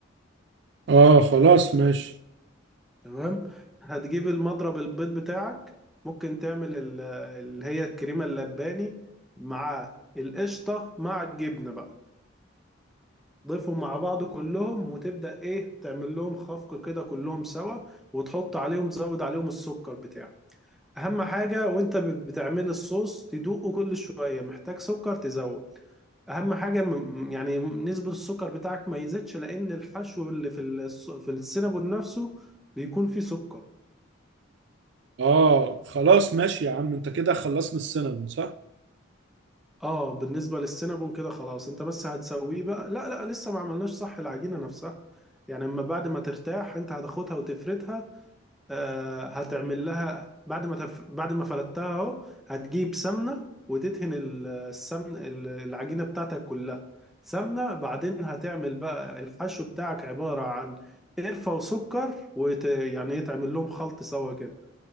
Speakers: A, on the right; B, in the centre.
A: آه خلاص ماشي
B: تمام هتجيب المضرب البيض بتاعك ممكن تعمل ال- اللي هي الكريمة اللباني مع القشطة مع الجبنة بقى ضيفهم مع بعض كلهم وتبدأ ايه تعمل لهم خفق كده كلهم سوا وتحط عليهم تزود عليهم السكر بتاعك اهم حاجة وانت ب- بتعمل الصوص تدوقه كل شوية محتاج سكر تزود اهم حاجة م- يعني نسبة السكر بتاعك ما يزيدش لان الحشو اللي في الص- في السينابون نفسه بيكون فيه سكر
A: آه خلاص ماشي يا عم أنت كده خلصنا السينما صح؟
B: اه بالنسبة للسينابون كده خلاص انت بس هتسويه بقى لا لا لسه ما عملناش صح العجينة نفسها يعني اما بعد ما ترتاح انت هتاخدها وتفردها آه هتعمل لها بعد ما تف... بعد ما فردتها اهو هتجيب سمنة وتدهن ال- السمن ال- العجينة بتاعتك كلها سمنة بعدين هتعمل بقى الحشو بتاعك عبارة عن قرفة وسكر وت... يعني ايه تعمل لهم خلط سوا كده